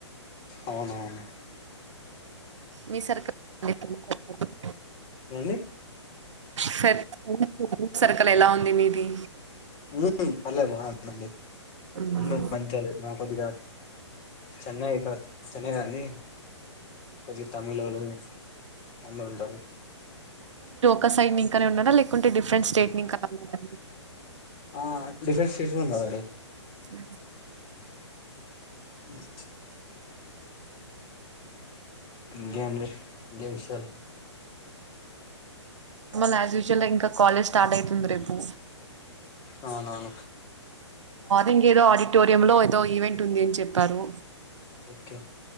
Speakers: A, on the left; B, on the right.
A: అవునవును
B: మీ సర్క అండి అ
A: అండి
B: ఫ్రెండ్ గ్రూప్ సర్కల్ ఎలా ఉంది మీది
A: ఏం పర్లేదు బాగుందండి
B: మ్మ్
A: అందు మంచోలేన కొద్దిగా చెన్నై ఇక అయినాగని కొద్దిగా తమిలోళ్ళు అందరు ఉంటారు
B: క సైడ్ నింకానే ఉన్నారా లేకుంటే డిఫరెంట్ స్టేట్ ని ఇంకా ఉన్నారా
A: ఆ డిఫరెంట్ స్టేట్ కూడా ఉన్నారండీ
B: అ
A: అ ఇంగేంది ఇంకేం విషయాలు
B: ల్ ఆస్ యూస్వల్ ఇంకా కాలేజ్ స్టార్ట్ అయితుంది రేపు
A: అవునవును
B: ఇంగేదో ఆడిటోరియంలో ఏదో ఈవెంట్ ఉంది అని చెప్పారు
A: ఓకే